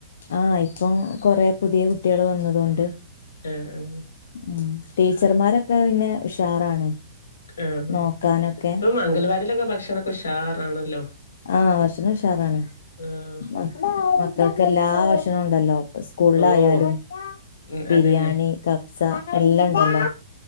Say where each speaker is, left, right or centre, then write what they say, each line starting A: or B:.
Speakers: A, on the left; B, on the left.
A: ആ ഇപ്പം കൊറേ പുതിയ കുട്ടികൾ വന്നതോണ്ട്
B: ഏ ഹ്‌
A: ഉ ടീച്ചർമാരൊക്കെ പിന്നെ ഉഷാറാണ്.
B: ആഹ
A: നോക്കാനൊക്കെ
B: ഇപ്പൊ മംഗൽവാടിലൊക്കെ ഭക്ഷണൊക്കെ ഉഷാറാണല്ലോ.
A: ആ ഭക്ഷണം ഉഷാറാണ്
B: ആഹ്
A: <inaudible> മക്കൾക്ക് എല്ലാ ഭക്ഷണം ഉണ്ടല്ലോ സ്കൂളിലായാലും
B: ഓഹ് ഉം
A: ബിരിയാണി
B: അതന്നെ
A: കബ്സ എല്ലാ ഉണ്ടല്ലോ.